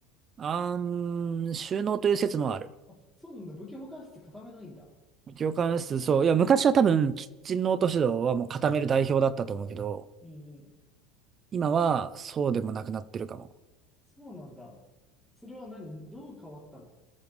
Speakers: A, on the right; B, in the centre.
A: あーん、収納という説もある。
B: あ、そうなんだ、武器保管室固めないんだ。
A: 業関数、そう。いや、昔は多分、キッチンノート指導はもう固める代表だったと思うけど、
B: うんうん
A: 今はそうでもなくなってるかも。
B: そうなんだ。それは何どう変わったの